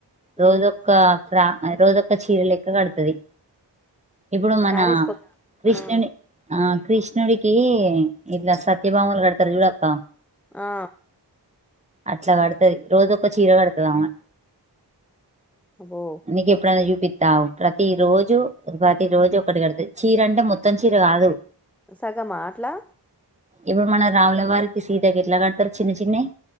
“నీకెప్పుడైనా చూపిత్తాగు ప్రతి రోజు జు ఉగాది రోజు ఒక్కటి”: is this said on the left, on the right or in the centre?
Right